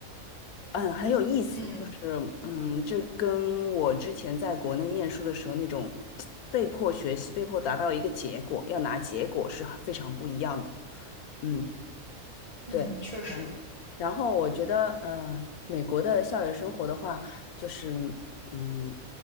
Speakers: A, on the left (about 80°); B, on the left (about 25°).
A: 嗯，很有意思，
B: 嗯
A: 就是嗯，这跟我之前在国内念书的时候那种被迫学习、被迫达到一个结果，要拿结果是非常不一样的，嗯。
B: 嗯，
A: 对，
B: 确实。
A: 然后然后我觉得，嗯、美国的校园生活的话，就是，嗯，